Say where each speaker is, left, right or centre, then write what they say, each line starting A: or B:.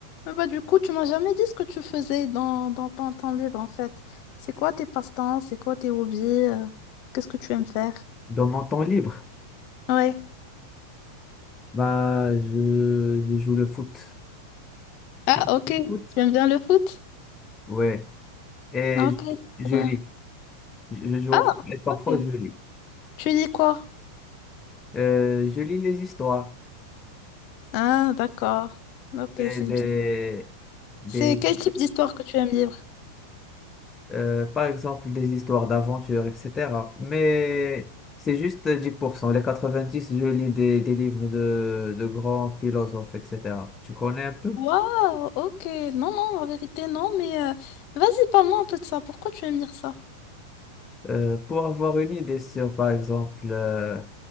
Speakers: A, on the left; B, on the left.
A: Ah Bah, du coup, tu m'as jamais dit ce que tu faisais dans, dans ton temps libre en fait. C'est quoi tes passe-temps? C'est quoi tes hobbies? euh, Qu'est-ce que tu aimes faire?
B: Dans mon temps libre,
A: Ouais.
B: bah, je, je joue le foot.
A: Ah,
B: Tu comprends
A: ok. Tu
B: le foot?
A: aimes bien le foot?
B: Ouais. Et
A: Ah, Ok.
B: je, je
A: Ouais.
B: lis. Je, je joue
A: Ah,
B: au foot et parfois
A: ok.
B: je lis.
A: Tu dis quoi?
B: Euh, je lis les histoires.
A: Ah, d'accord. Ok,
B: Et
A: c'est
B: des,
A: bien.
B: des,
A: C'est quel type d'histoire que tu aimes lire?
B: euh, par exemple, des histoires d'aventure, etc. Mais c'est juste 10%. Les 90, je lis des, des livres de, de grands philosophes, etc. Tu connais un peu?
A: Waouh, ok. Non, non, en vérité, non, mais euh, vas-y, parle-moi un peu de ça. Pourquoi tu aimes lire ça?
B: Euh, pour avoir une idée sur, par exemple, euh,